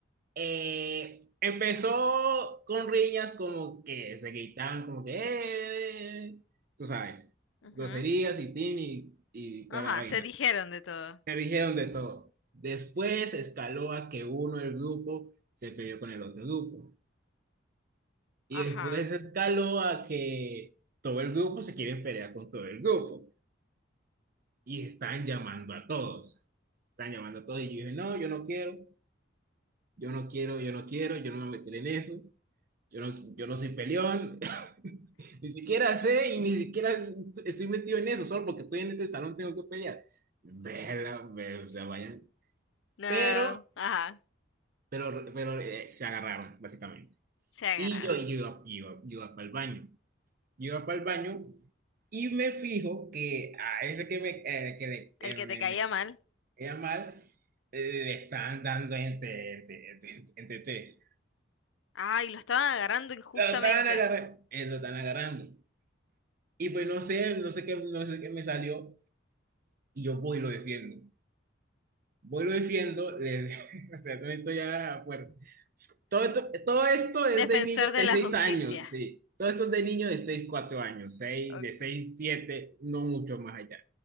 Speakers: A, on the right; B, on the left.
A: eh, empezó con riñas como que se gritaban, como que... eh, tú sabes,
B: Ujú.
A: groserías y tin y, y
B: Ajá,
A: toda la vaina.
B: se dijeron de todo.
A: Se dijeron de todo. Después escaló a que uno del grupo se peleó con el otro grupo. Y
B: Ajá.
A: después escaló a que todo el grupo se quiere pelear con todo el grupo. Y están llamando a todos. Están llamando a todos. Y yo dije, no, yo no quiero, yo no quiero, yo no quiero, yo no me meteré en eso. Yo no, yo no soy peleón. <laughs> Ni siquiera sé y ni siquiera estoy metido en eso. Solo porque estoy en este salón tengo que pelear. Verga, ve- o sea, vayan.
B: No.
A: Pero,
B: Ajá.
A: pero, pero eh, se agarraron, básicamente.
B: Se agarraron.
A: Y yo iba, iba, iba para el baño. iba para el baño y me fijo que a ese que me, eh, que le-
B: El
A: eh,
B: que
A: me,
B: te caía
A: me
B: mal.
A: quería mal, eh, le estaban dando entre, entre, entre, entre tres.
B: Ay, lo estaban agarrando injustamente.
A: Lo estaban agarrando, lo estaban agarrando. Y pues no sé, no sé qué, no sé qué me salió y yo voy y lo defiendo. Voy y lo defiendo, le- <laughs> o sea, eso esto ya fuerte. Todo esto, todo esto es
B: Defensor
A: de niños
B: de
A: de
B: la
A: 6
B: justicia.
A: años, sí. Todo esto es de niños de 6 4 años, 6
B: O-
A: de 6 7 no mucho más allá.